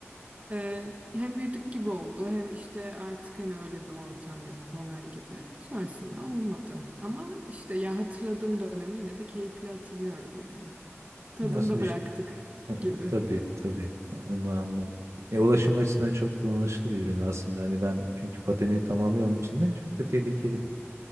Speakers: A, on the right; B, on the right.
A: Ee, hem büyüdük gibi oldu hem işte artık hani öyle bir ortam yok falan gibi. Sonrasında olmadı. Ama işte ya hatırladığım dönemi yine de keyifli hatırlıyorum yani. Tadında
B: Ya aslında
A: bıraktık
B: işte hı,
A: gibi.
B: tabii tabii onu anladım. Ya ulaşım açısından çok kullanışlı bir ürün aslında. Hani ben çünkü pateni tamamı onun içinde çok da tehlikeli.